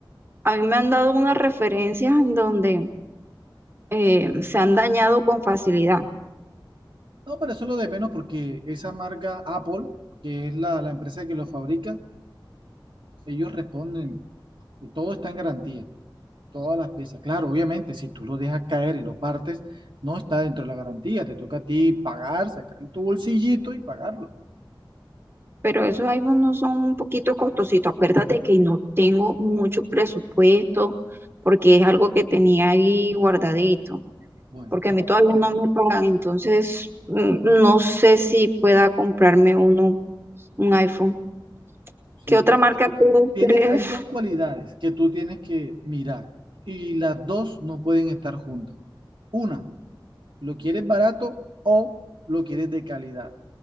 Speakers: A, on the right; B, on the right.
A: a mí me han dado unas referencias en donde eh, se han dañado con facilidad.
B: No, pero eso es lo de menos porque esa marca Apple, que es la, la empresa que lo fabrica, ellos responden, todo está en garantía. Todas las piezas. Claro, obviamente, si tú lo dejas caer y lo partes, no está dentro de la garantía. Te toca a ti pagar, sacar tu bolsillito y pagarlo.
A: Pero esos iPhones no son un poquito costositos. Acuérdate que no tengo mucho presupuesto porque es algo que tenía ahí guardadito.
B: Bueno,
A: Porque a mí todavía no me pagan. Entonces, mm, no sé si pueda comprarme uno, un iPhone.
B: <laughs> sí.
A: ¿Qué otra marca tú
B: Tiene,
A: crees?
B: hay dos cualidades que tú tienes que mirar y las dos no pueden estar juntas. Una, lo quieres barato o lo quieres de calidad,